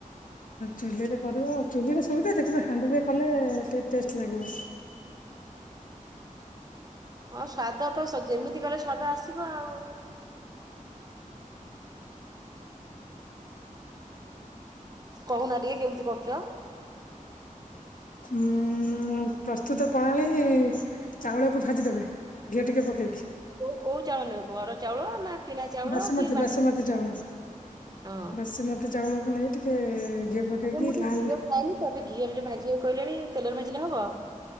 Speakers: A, on the left; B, on the right.
A: ଚୁଲିରେ କରିବଉ ଚୁଲିରେ ସୁବିଧା ଯେ କିନ୍ତୁ ହାଣ୍ଡିରେ କଲେ ଟିକେ ଟେଷ୍ଟ ଲାଗିବ।
B: ହଁ ସ୍ୱାଦ ତ ଯେମିତି କଲେ ସ୍ୱାଦ ଆସିବ ଆଉ କହୁନା ଟିକେ କେମିତି କରୁଛ?
A: ହୁଁ ପ୍ରସ୍ତୁତ ପ୍ରଣାଳୀ ଚାଉଳକୁ ଭାଜିଦେବେ ଘିଅ ଟିକେ ପକେଇକି।
B: କୋଉ କୋଉ ଚାଉଳ ନେବେ ଘର ଚାଉଳ ନା କିଣା ଚାଉଳ
A: ବାସୁମତୀ
B: କି
A: ବାସୁମତୀ ଚାଉଳ
B: ହଁ
A: ବାସୁମତୀ ଚାଉଳକୁ ନେଇ ଟିକେ ଘିଅ ପକେଇକି
B: ଆଜ୍ଞା ମୁଁ ଟିକେ
A: ଲାଲ
B: ଘିଅ ଖାଏନି ତ ଏବେ ଘିଅରେ ଯ ଭାଜିବାକୁ କହିଲାଣି ତେଲରେ ଭାଜିଲେ ହବ।